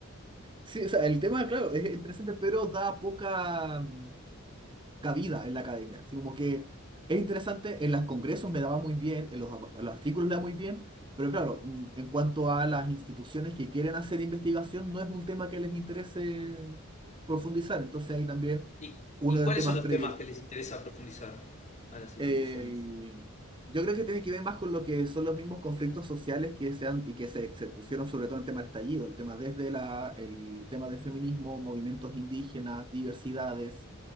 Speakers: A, on the right; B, on the left.
A: Sí, o sea, el tema, claro, es interesante, pero da poca mm, cabida en la academia. Así como que es interesante, en los congresos me daba muy bien, en los, en los artículos le da muy bien, pero claro, mm, en cuanto a las instituciones que quieren hacer investigación, no es un tema que les interese profundizar. Entonces ahí también
B: ¿Y,
A: uno
B: y
A: de
B: cuáles
A: los temas
B: son los
A: predilectos
B: temas que les interesa profundizar a las instituciones?
A: eh, yo creo que tiene que ver más con lo que son los mismos conflictos sociales que se han, y que se, se pusieron sobre todo en el tema del estallido, el tema desde la, el tema del feminismo, movimientos indígenas, diversidades,